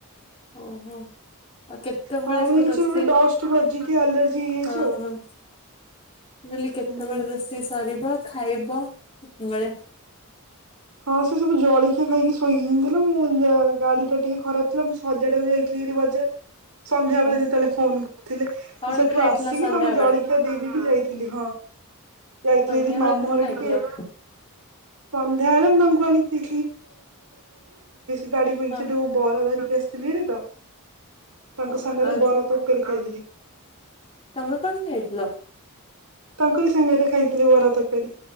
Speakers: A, on the left; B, on the right.
A: ଓହୋ। ଆଉ କେ ତେବେଳେକୁ
B: ହଁ ମାନେ କିଛି
A: ରୋଷେଇ
B: ଗୋଟେ
A: ହଁ,
B: ଡଷ୍ଟ ବାଜିକି ଆଲର୍ଜି ହେଇଯାଇଛି ଆଉ
A: ହଁ। ମୁଁ କହିଲି କେତେବେଳେ
B: ହୁଁ।
A: ରୋଷେଇ ସରିବ ଖାଇବ କେତେବେଳ?
B: ହଁ ସେ ସବୁ ଜଳଖିଆ ଖାଇକି ଶୋଇଛନ୍ତିନା ମୁଁ ଗାଡି ଟା ଟିକେ ଖରାପ ଥିଲା ମୁଁ ହଜାଡାକୁ ଯାଇଥିଲ ଏରି ବଜା ସନ୍ଧ୍ୟା ବେଳେ
A: ହଁ
B: ଯେତେବେଳେ ଫୋନ କରୁଥିଲେ।
A: କଣ
B: ମୁଁ ସେଠୁ
A: ଖାଇଥିଲ
B: ଆସିକି
A: ସନ୍ଧ୍ୟା
B: ତାଙ୍କୁ ଜଳିକିଆ
A: ବେଳେ
B: ଦେଇଦେଇକି ଯାଇଥିଲି। ଆଇଥିଲି
A: ସନ୍ଧ୍ୟା
B: ମାମୁ
A: ବେଳେ କଣ
B: ଘର
A: ଖାଇଥିଲ
B: ଟିକେ। <unintelligible> ବରା ଧରିକି ଆସିଥିଲି
A: ହଁ
B: ହେରି ତ ତାଙ୍କ
A: ହଁ
B: ସାଙ୍ଗରେ
A: ଆଉ
B: ବରା ତରକାରୀ ଖାଇଥିଲି।
A: ତମେ କଣ ଖାଇଥିଲ?
B: ତାଙ୍କଲି ସାଙ୍ଗରେ ଖାଇଥିଲେ ବରା ତରକାରୀ।